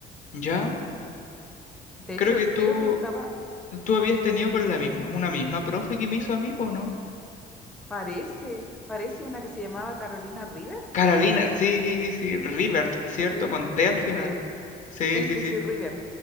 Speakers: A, on the left; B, in the centre.
A: ¿Ya?
B: De hecho,
A: Creo que
B: creo
A: tú,
B: que estaba,
A: tú habías tenido con la misma, una misma profe que me hizo a mí, ¿po no?
B: parece, parece una que se llamaba Carolina River.
A: Carolina, sí, sí, Rivert, ¿cierto?
B: Sí,
A: Con T al
B: sí,
A: final. Sí,
B: sí,
A: sí,
B: sí,
A: sí.
B: sí, River.